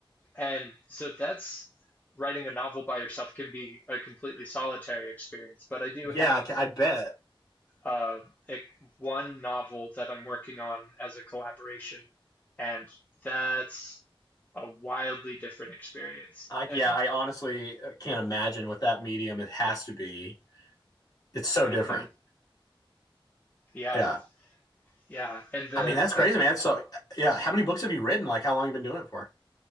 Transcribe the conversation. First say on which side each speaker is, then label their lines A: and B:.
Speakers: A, on the left; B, on the left.
A: and so that's writing a novel by yourself can be a completely solitary experience. But I do
B: Yeah,
A: have
B: I bet.
A: uh, it, one novel that I'm working on as a collaboration, and that's a wildly different experience.
B: I,
A: And
B: yeah, I honestly uh, can't imagine what that medium it has to be. It's so
A: hmm
B: different.
A: yeah,
B: Yeah.
A: yeah, and the
B: I mean, that's crazy,
A: the
B: man. So, yeah. How many books have you written? Like, how long have you been doing it for?